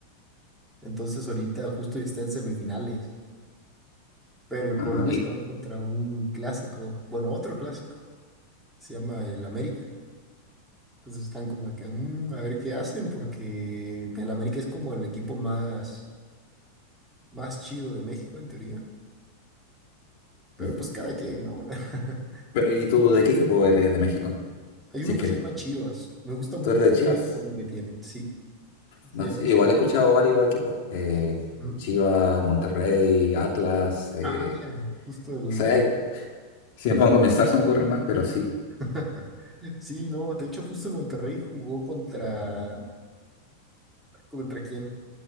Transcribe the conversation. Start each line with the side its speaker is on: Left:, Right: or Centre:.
Centre: Entonces ahorita justo ya está en semifinales. Pero el
Left: Ajá.
Centre: problema
Left: Y,
Centre: es que van contra un clásico, bueno, otro clásico. Se llama el América. Entonces están como de que, "Mm, a ver qué hacen, porque el América es como el equipo más, más chido de México en teoría. Pero
Left: ujú.
Centre: pues cada quien, ¿no? <laughs>
Left: Pero ¿y tú de qué equipo eres de México?
Centre: Hay
Left: Si
Centre: uno que
Left: quieres.
Centre: se llama Chivas. Me gusta mucho
Left: Tú eres de
Centre: el
Left: Chivas.
Centre: uniforme que tienen. Sí, se
Left: No
Centre: llama
Left: sé,
Centre: Chivas.
Left: igual he escuchado varios equipos. eh,
Centre: Ujú.
Left: Chivas, Monterrey, Atlas. eh,
Centre: Ah, mira, justo el...
Left: o sea,
Centre: Mon-
Left: hay- si me pongo a pensar se me ocurren más, pero sí,
Centre: <laughs> Sí, no, de hecho justo el Monterrey jugó contra... ¿Contra quién?